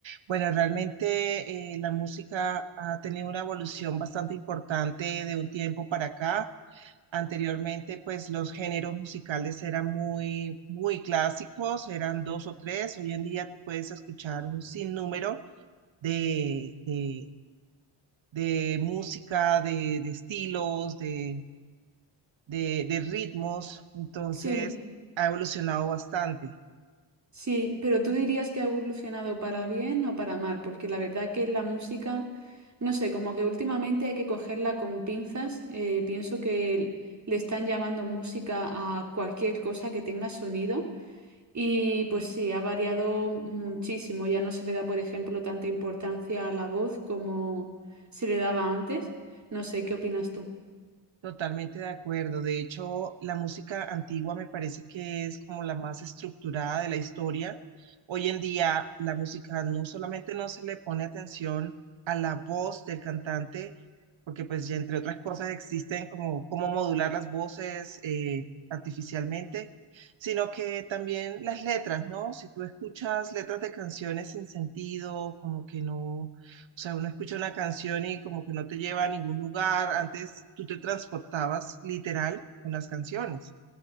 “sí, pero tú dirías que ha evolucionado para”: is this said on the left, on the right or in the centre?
Right